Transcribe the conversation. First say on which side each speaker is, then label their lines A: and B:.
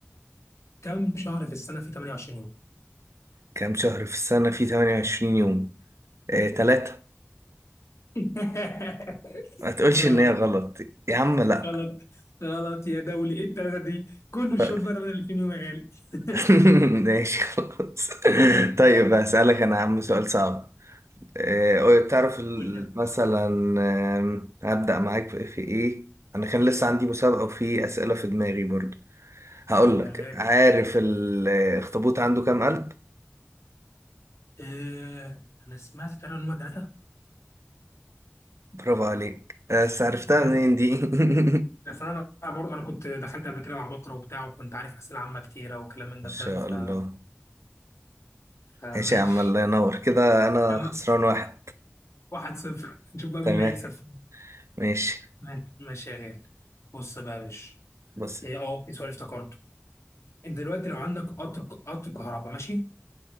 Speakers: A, on the left (about 80°); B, on the right (about 80°).
A: كم شهر في السنه في 28 يوم
B: كام شهر في السنه في 28 يوم آه، تلاتة
A: <laughs>
B: ما تقولش
A: غلط
B: ان هي غلط يا عم لا
A: غلط غلط يا دولي ايه الثلاثه دي كل الشهور
B: طيب.
A: فيها 28 يوم يا غالي
B: <laughs>
A: <laughs>
B: ماشي خلاص طيب هسألك انا يا عم سؤال صعب آه، قول- تعرف ال-
A: قول لي
B: مثلا آم، هبدأ معاك في في ايه انا كان لسه عندي مسابقة وفي أسئلة في دماغي برضو هقول
A: قول لي
B: لك
A: يا غالي
B: عارف الاخطبوط عنده كام قلب
A: آه انا سمعت تقريبا ان هم ثلاثه
B: برافو عليك بس عرفتها
A: بجد
B: منين دي <laughs>
A: بس انا برضه انا كنت دخلت قبل كده مع بكره وبتاع وكنت عارف اسئله عامه كتيره وكلام من
B: ما
A: ده
B: شاء
A: فاهم ف...
B: الله
A: فماشي
B: ماشي يا عم الله ينور كده انا
A: يا عم
B: خسران واحد
A: واحد صفر نشوف بقى
B: تمام
A: مين اللي هيكسب <laughs>
B: ماشي
A: ماشي ماشي يا غالي بص بقى يا باشا
B: بص
A: إيه، اه في سؤال افتكرته انت دلوقتي لو عندك قطر قطر كهرباء ماشي